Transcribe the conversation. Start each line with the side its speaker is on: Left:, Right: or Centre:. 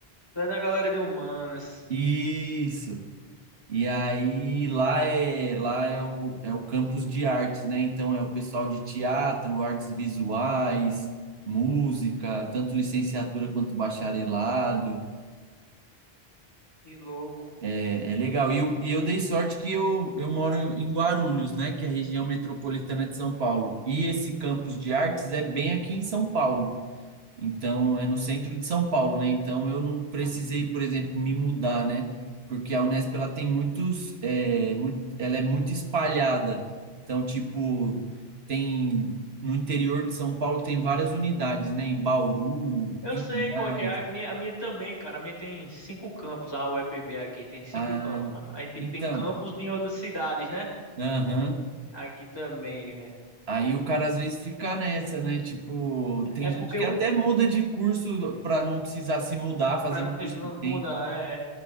Left: Tu é da galera de humanas.
Right: Isso. E aí lá é lá é o, é o campus de artes, né? Então é o pessoal de teatro, artes visuais, música, tanto licenciatura quanto bacharelado.
Left: Que louco.
Right: É, é legal. E eu, e eu dei sorte que eu, eu moro em Guarulhos, né? Que é a região metropolitana de São Paulo. E esse campus de artes é bem aqui em São Paulo. Então, é no centro de São Paulo, né? Então, eu não precisei, por exemplo, me mudar, né? Porque a Unesp, ela tem muitos, é, muito, ela é muito espalhada. Então, tipo, tem, no interior de São Paulo tem várias unidades, né? Em Bauru,
Left: Eu
Right: Pinhais,
Left: sei qual é que é. A minha, a minha também, cara. A minha tem cinco campos. A UEPB aqui tem cinco
Right: ah,
Left: campos. Aí tipo,
Right: então,
Left: tem campos em outras cidades, né?
Right: aham.
Left: Aqui também, velho.
Right: Aí o cara às vezes fica nessa, né? Tipo, tem
Left: É porque
Right: gente que
Left: um.
Right: até muda de curso para não precisar se mudar, fazer
Left: Para não
Right: um
Left: ter-
Right: curso
Left: não
Right: que
Left: mudar,
Right: tem.
Left: é.